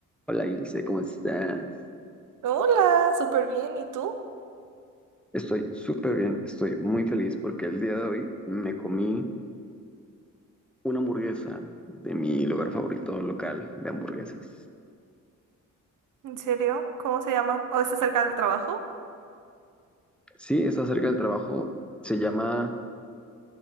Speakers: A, in the centre; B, on the right (about 70°).
A: Hola, Ilse, ¿cómo estás?
B: Hola, súper bien. ¿Y tú?
A: Estoy súper bien, estoy muy feliz porque el día de hoy me comí una hamburguesa de mi lugar favorito local de hamburguesas.
B: ¿En serio? ¿Cómo se llama? ¿O está cerca del trabajo?
A: Sí, está cerca del trabajo, se llama